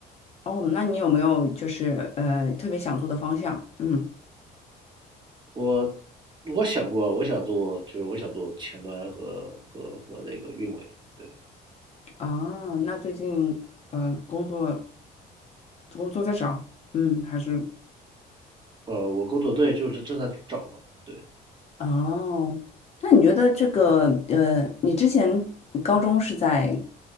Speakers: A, on the left; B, on the right.
A: 哦，那你有没有就是呃特别想做的方向？嗯，
B: 我我想过，我想做，就是我想做前端和和和那个运维。对，
A: 啊，那最近呃工作工作在找，嗯，还是
B: 呃，我工作对，就是正在找嘛。对，
A: 哦，那你觉得这个呃，你之前高中是在